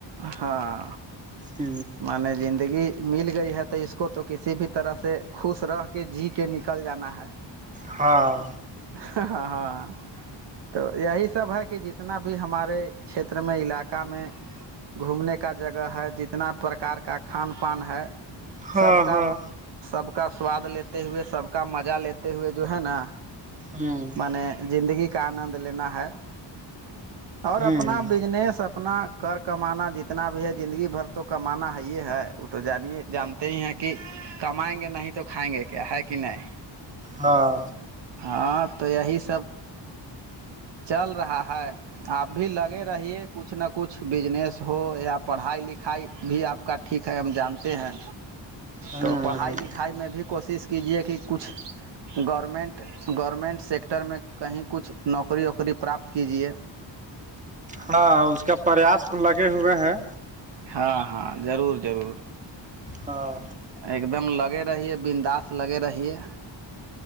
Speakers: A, on the right (about 60°); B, on the right (about 15°).
A: ہاں
B: ہ
A: مان زندگی مل گئی ہے تو اس کو تو کسی بھی طرح سے خوش رہ کے جی کے نکل جانا ہے
B: ہاں
A: ہاں ہاں تو یہی سب ہے کہ جتنا بھی ہمارے چھیتر میں علاقہ میں گھومنے کا جگہ ہے جتنا پرکار کا کھان پان ہے
B: ہاں
A: سب کا
B: ہاں
A: سب کا سواد لیتے ہوئے سب کا مزہ لیتے ہوئے جو ہے نا
B: ہوں
A: مان زندگی کا آنند لینا ہے اور
B: ہوں
A: اپنا بزنس اپ اپنا کر کمانا جتنا بھی ہے زندگی بھر تو کمانا ہے یہ ہے وہ تو جانے جان ہیں کہ کمائیں گے نہیں تو کھائیں گے کیا ہے کہ نہیں
B: ہاں
A: ہاں تو یہی سب چل رہا ہے آپ بھی لگے رہیے کچھ نہ کچھ بزنس ہو یا پڑھائی لکھائی بھی آپ کا ٹھیک ہے ہم جانتے ہیں
B: ہوں
A: تو پڑھائی لکھائی میں بھی کوشش کیجیے کہ کچھ گورنمنٹ گورنمنٹ سیکٹر میں کہیں کچھ نوکری ووکری پراپت کیجیے
B: ہاں اس کا پریاس لگے ہوئے ہیں
A: ہاں ہاں ضرور ضرور
B: ہاں
A: ایک دم لگے رہیے بنداس لگے رہیے